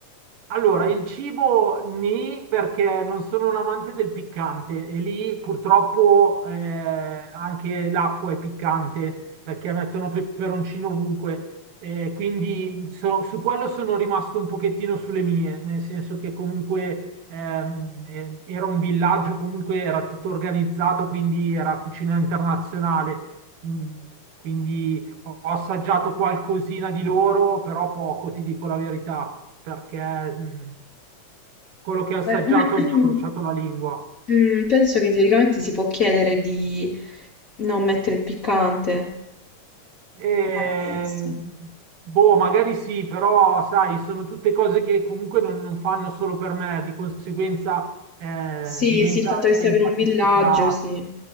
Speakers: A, on the right; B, on the left.
A: Allora, il cibo nì perché non sono un amante del piccante e lì purtroppo eh, anche l'acqua è piccante perché mettono peperoncino ovunque, eh, quindi so- su quello sono rimasto un pochettino sulle mie, nel senso che comunque ehm, eh, era un villaggio, comunque era tutto organizzato, quindi era cucina internazionale, Mm, quindi ho assaggiato qualcosina di loro, però poco, ti dico la verità perché mh, quello che ho assaggiato
B: Beh, <clears throat>
A: mi ha bruciato la lingua.
B: Mm, penso che teoricamente si può chiedere di non mettere il piccante.
A: E,
B: Nella minestra.
A: boh, magari sì, però sai, sono tutte cose che comunque non, non fanno solo per me, di conseguenza eh,
B: Sì,
A: diventa,
B: sì, il fatto che
A: diventa
B: sia per un villaggio,
A: complicato.
B: sì.